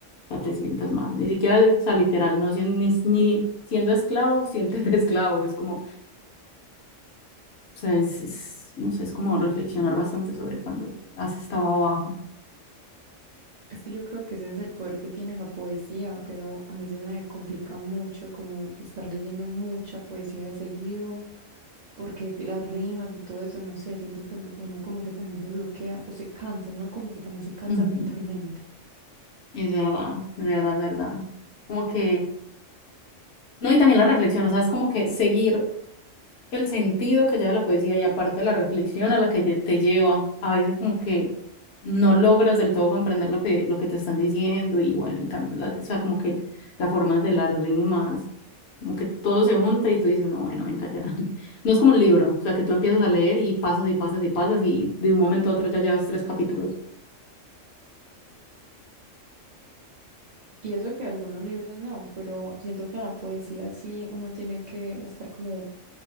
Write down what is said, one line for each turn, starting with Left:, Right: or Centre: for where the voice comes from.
Left: o sea, te sientas mal, ni siquiera, o sea, literal, no sien- ni, ni siendo esclavo, siéntete <laughs> esclavo, es como, o sea, es, es, no sé, es como reflexionar bastante sobre cuando has estado abajo.
Right: Es que yo creo que ese es el poder que tiene la poesía, pero a mí se me complica mucho como estar leyendo mucha poesía de seguido, porque las rimas y todo eso, no sé, siento que uno como que también se bloquea o se cansa, uno como que también se cansa
Left: Ujú,
Right: mentalmente.
Left: Es verdad, es verdad, es verdad. Como que, no, y también la reflexión, o sea, es como que seguir el sentido que lleva la poesía y aparte la reflexión a la que lle- te lleva. A veces como que no logras del todo comprender lo que, lo que te están diciendo y bueno, y también, la, o sea, como que las formas de las rimas, como que todo se junta y tú dices, no, bueno, venga ya. <laughs> No es como un libro, o sea, que tú empiezas a leer y pasas y pasas y pasas y de un momento a otro ya llevas tres capítulos.
Right: Y eso que algunos libros no, pero siento que la poesía sí uno tiene que estar como